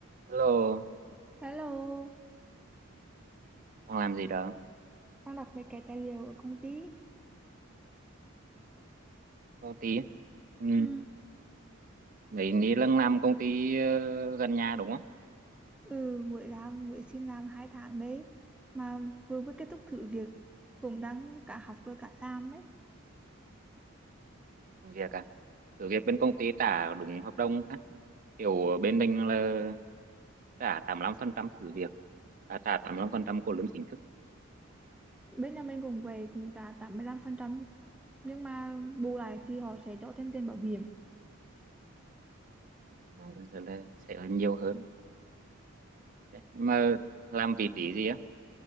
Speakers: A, on the right (about 40°); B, in the centre.
A: Hello,
B: Hello,
A: đang làm gì đó?
B: đang đọc mấy cái tài liệu ở công ty.
A: Công ty? Ừ,
B: Ừ.
A: mấy ní lăng làm công ty ờ, gần nhà đúng không?
B: Ừ, mới làm, mới xin làm hai tháng đấy. Mà vừa mới kết thúc thử việc, cũng đang cả học rồi cả làm ấy.
A: Thử việc à? Thử việc bên công ty trả đúng hợp đồng á. Kiểu bên mình là trả 85% thử việc, à, trả 85% của lương chính thức.
B: Bên nhà mình cũng về, cũng trả 85%, Nhưng mà bù lại thì họ sẽ cho thêm tiền bảo hiểm.
A: Đó, Rồi là sẽ là nhiều hơn. Thế, Nhưng mà làm vị trí gì á?